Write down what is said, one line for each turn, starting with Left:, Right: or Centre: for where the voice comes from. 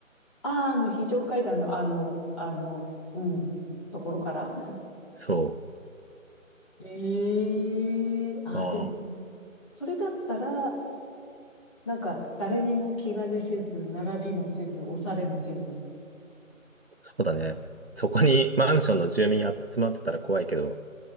Left: ああ、あの、非常階段の、あの、あの、うん、ところから。
Right: そ
Left: ええああ、
Right: う。ああ、
Left: でも、それだったら、なんか、誰にも気兼ねせず、並びもせず、押されもせず。
Right: そうだね。そこにマンションの住民集まってたら怖いけど、